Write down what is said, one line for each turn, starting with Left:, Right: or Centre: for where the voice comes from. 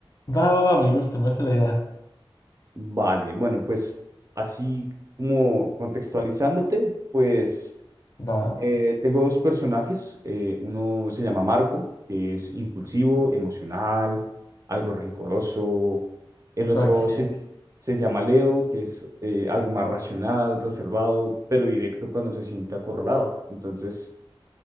Left: Va, va, va, me gusta, me gusta la idea.
Right: Vale, bueno, pues así como contextualizándote, pues
Left: Va,
Right: eh, tengo dos personajes. eh, uno se llama Marco, que es impulsivo, emocional, algo rencoroso. El otro
Left: ok.
Right: se, se llama Leo, que es eh, algo más racional, reservado, pero directo cuando se siente acorralado. Entonces,